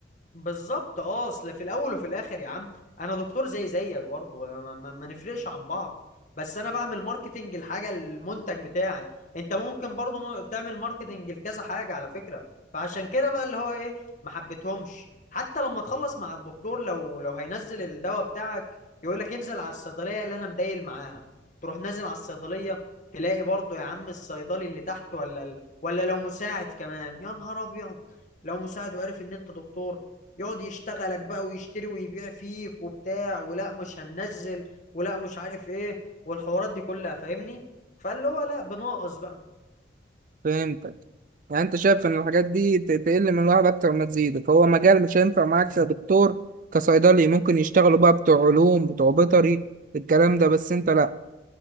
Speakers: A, on the left; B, on the right.
A: بالظبط اه اصل في الاول وفي الاخر يا عم انا دكتور زي زيك برضه ما, ما ما نفرقش عن بعض بس انا بعمل ماركتنج الحاجه المنتج بتاعي انت ممكن برضه مو- تعمل ماركتنج لكذا حاجه على فكره فعشان كده بقى اللي هو ايه ما حبيتهمش حتى لما تخلص مع الدكتور لو لو هينزل الدواء بتاعك يقول لك انزل على الصيدليه اللي انا مدايل معاها تروح نازل على الصيدليه تلاقي برضه يا عم الصيدلي اللي تحت ولا ال- ولا لو مساعد كمان يا نهار ابيض لو مساعد وعرف ان انت دكتور يقعد يشتغلك بقى ويشتري ويبيع فيك وبتاع ولا مش هننزل ولا مش عارف ايه والحوارات دي كلها فاهمني فاللي هو لا بناقص بقى
B: فهمتك يعني انت شايف ان الحاجات دي ت- تقل من الواحد اكتر ما تزيد فهو مجال مش هينفع معاك كدكتور كصيدلي ممكن يشتغلوا بقى بتوع علوم بتوع بيطري الكلام ده بس انت لا